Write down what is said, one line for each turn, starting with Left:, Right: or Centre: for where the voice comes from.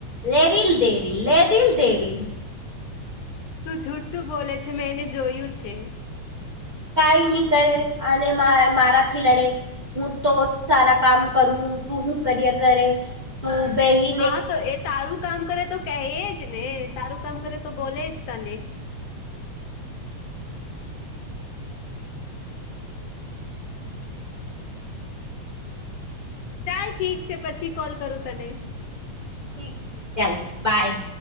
Right: લેરીલ દેરી લેધલ દેરીલ
Left: તું જૂઠું બોલે છે મેં એને જોયું છે
Right: કઈ નહી કરે અને મા મારા થી લડે હું તો સારા કામ કરું તું હું કરિયર કરે હ બેહી
Left: હાા તો એ તારું કામ કરે તો કહી જ ને તારું કામ કરે તો બોલે જ તને ચાલ ઠીક છે પછી કોલ કરું તને
Right: ઠીક ઠીક ચાલ બાય